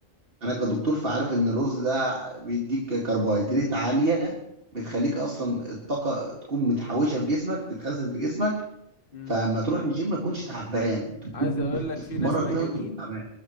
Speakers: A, on the right; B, on the left.
A: انا كدكتور فعارف ان الرز ده بيديك كربوهيدرات عاليه بتخليك
B: امم
A: اصلا الطاقه تكون متحوشه في جسمك تتخزن في جسمك
B: امم
A: فما تروح الجيم ما تكونش تعبان تكون
B: عايز اقول لك
A: بتتمرن
B: في ناس مجانين
A: كده وانت مش تعبان